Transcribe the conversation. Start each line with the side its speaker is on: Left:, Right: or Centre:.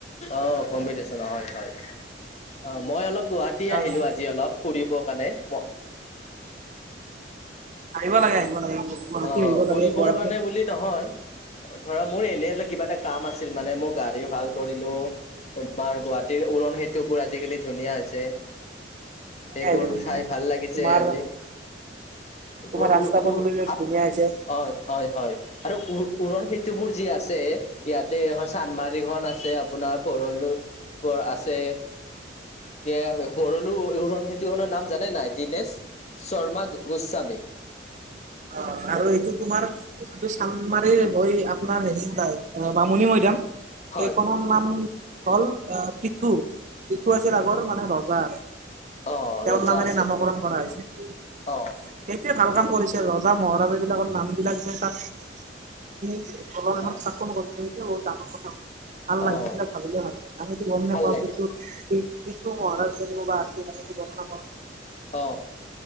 Left: অ, কম্পিটিচন হয় হয়। অ মই অলপ গুৱাহাটী
Right: সেইকাৰণে
Left: আহিলো আজি অলপ। ফুৰিব কাৰণে, ম
Right: আহিব লাগে আহিব লাগে। গুৱাহাটী
Left: অ,
Right: আহিব
Left: ফুৰিবৰ
Right: লাগে গুৱাহাটী
Left: কাৰণে বুলি নহয়। ধৰা মোৰ এনেই অলপ কিবা এটা কাম আছিল মানে মোৰ গাড়ী ভাল কৰিলো। তোমাৰ গুৱাহাটীৰ উৰনসেতু বোৰ আজিকালি ধুনীয়া হৈছে।
Right: ধুনীয়া
Left: সেইবোৰ
Right: আহিছে ধুনীয়া
Left: চাই
Right: আহিছে
Left: ভাল লাগিছে
Right: তোমাৰ
Left: আজি। উৰ
Right: তোমাৰ ৰাস্তা
Left: উৰ
Right: পদূলিবিলাক
Left: উৰ -
Right: ধুনীয়া হৈছে।
Left: হয় হয় হয়, আৰু উ উৰণসেতু বোৰ যি আছে - এইয়াতে এখন চান্দমাৰিখন আছে আপোনাৰ ভৰলো পৰ আছে। এইয়াৰ ভৰলো উৰণসেতু খনৰ নাম জানে নাই দীনেশ শৰ্মা গোস্বামী।
Right: অ, ' আৰু এইটো তোমাৰ - এইটো চান্দমাৰি হৈ আপোনাৰ হেৰিপাই বামুণী মৈদাম
Left: হয়
Right: সেইখনৰ - নাম হ'ল পিঠু, পিঠু আছিল আগৰ মানে ৰজা।
Left: অ',
Right: তেওঁৰ
Left: ৰজা
Right: নামেৰে
Left: আছিল
Right: নামাকৰণ কৰা হৈছে। সেইটোৱে
Left: অ',
Right: ভাল কাম কৰিছে ৰজা মহাৰাজ বিলাকৰ নামবিলাক যে তাত- বল এখন
Left: অ',
Right: স্থাপন কৰি যে ডাঙৰ কথা। ভাল লাগিছে
Left: অ'।
Right: ভাবিলে ভাল আৰু গম
Left: ভাল
Right: নেপাওঁ
Left: লাগে
Right: বিদ্যুত সেই- কিছু হৰ চ ব ন <unintelligible>
Left: অ